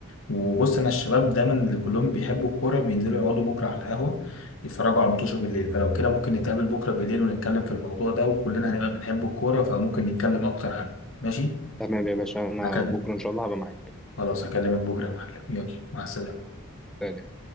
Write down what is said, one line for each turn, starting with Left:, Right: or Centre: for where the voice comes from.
Left: وبص انا الشباب دايما اللي كلهم بيحبوا الكوره بينزلوا يقعدوا بكره على القهوه يتفرجوا على المطوشه بالليل فلو كده ممكن نتقابل بكره بالليل ونتكلم في الموضوع ده وكلنا هنبقى بنحب الكوره فممكن نتكلم اكتر عنه ماشي
Centre: تمام يا باشا أنا
Left: هكلم
Centre: بكرة إن شاء الله هبقى معاك
Left: خلاص هكلمك بكره يا معلم يلا مع السلامه
Centre: سلام.